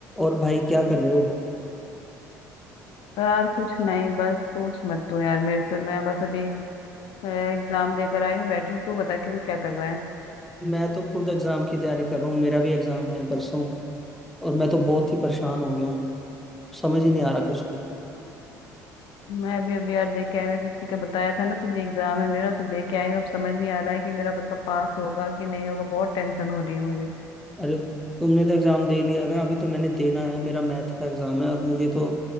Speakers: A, in the centre; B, on the left (about 60°).
A: और भाई क्या कर रहे हो
B: यार कुछ नहीं बस पूछ मत तू यार मेरे से मैं बस अभी एग्जाम देकर आई हूँ बैठी हूँ तू बता कि तू क्या कर रहा है
A: मैं तो खुद एग्जाम की तैयारी कर रहा हूँ मेरा भी एग्जाम है परसों और मैं तो बहुत ही परेशान हो गया हूँ समझ ही नहीं आ रहा कुछ भी
B: मैं अभी अभी यार दे के आई हूँ एसएससी का बताया था ना तुझे एग्जाम है मेरा तो दे के आई हूँ अब समझ नहीं आ रहा है कि मेरा मतलब पास होगा कि नहीं होगा बहुत टेंशन हो रही है मुझे
A: अरे तुमने तो एग्जाम दे लिया ना अभी तो मैंने देना है मेरा मैथ का एग्जाम है और मुझे तो